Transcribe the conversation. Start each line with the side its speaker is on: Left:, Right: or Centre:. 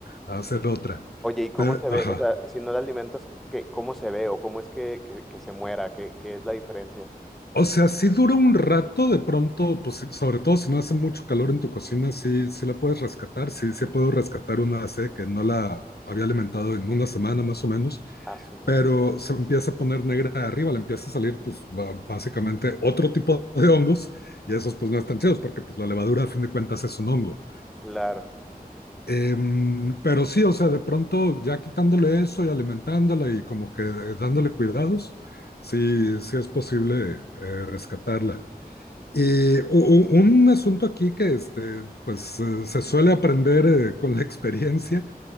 Left: a hacer otra.
Centre: Oye, ¿y cómo
Left: Pero,
Centre: se ve?
Left: ajá.
Centre: O sea, si no la alimentas, ¿qué, cómo se ve o cómo es que, que- que se muera? ¿Qué, qué es la diferencia?
Left: O sea, sí dura un rato de pronto, pues sí, sobre todo si no hace mucho calor en tu cocina, sí, sí la puedes rescatar. Sí, sí puedo rescatar una C que no la había alimentado en una semana más o menos,
Centre: A su madre.
Left: pero se empieza a poner negra de arriba, le empieza a salir, pues ba- básicamente otro tipo de hongos. Y esos pues no están chidos porque pues la levadura a fin de cuentas es un hongo.
Centre: Claro,
Left: Em, pero sí, o sea, de pronto ya quitándole eso y alimentándola y como que eh, dándole cuidados, sí, sí es posible eh, rescatarla. Y u- u- un asunto aquí que este, pues eh, se suele aprender eh, con la experiencia,